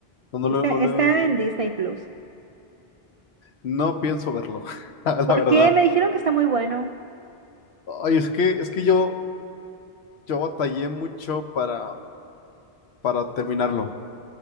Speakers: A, on the left (about 80°); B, on the right (about 55°).
A: No, no,
B: Está,
A: lo- no,
B: está
A: le-
B: en Disney Plus.
A: no pienso verlo, <laughs> la
B: ¿Por
A: verdad.
B: qué? Me dijeron que está muy bueno.
A: Ay, es que, es que yo, yo batallé mucho para, para terminarlo.